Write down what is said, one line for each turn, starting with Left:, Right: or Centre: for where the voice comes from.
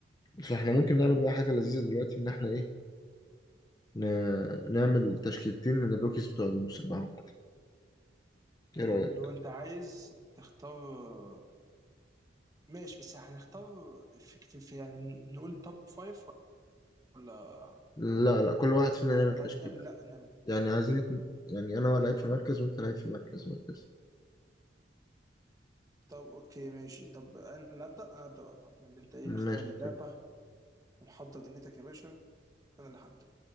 Left: فاحنا ممكن نعمل بقى حاجه لذيذه دلوقتي ان احنا ايه ن- نعمل تشكيلتين من الروكيز بتوع الموسم بقى عامة. ايه رايك
Right: لو انت عايز تختار ماشي بس هنختار في, في في- يعني نقول توب فايف ولا
Left: لا لا كل واحد فينا
Right: ولا
Left: يعمل
Right: انت
Left: تشكيله
Right: عايز نعمل لا نعمل
Left: يعني عايزين اتن... يعني انا لعيب في مركز وانت لعيب في مركز وهكذا
Right: طب اوكي ماشي طب انا ابدا انا ابدا بقى بحكم ان انت ايه
Left: ماشي
Right: اللي اختار اللعبه
Left: اب-
Right: ومحضر دنيتك يا باشا فانا اللي هبدا